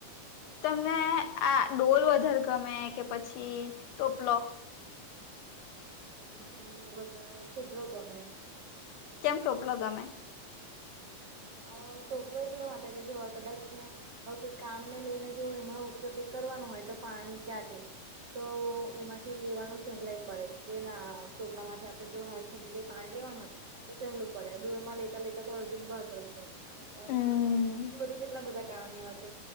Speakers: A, on the left; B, on the right.
A: તમને આ ડોલ વધારે ગમે કે પછી ટોપલો?
B: મને વધારે ટોપલો ગમે.
A: કેમ ટોપલો ગમે?
B: અ તોકલો એટલે માટે કે જો કદાચ ને... હ કઈ કામ ને લઈને જો એમાં ઉપયોગ કઈ કરવાનો હોય તો પાણી ક્યાં તે... તો એમાંથી લેવાનું સહેલાય પડે કે ના ટોપલા માટે આપડે જો હાથ... કી પાણી લેવાનું હોય તો સહેલું પડે એમાં લેતા લેતા તો બહાર પડીેાય
A: હમ્મ
B: અને... બીજું બધું કેટલા બધા કારણ એવા છે,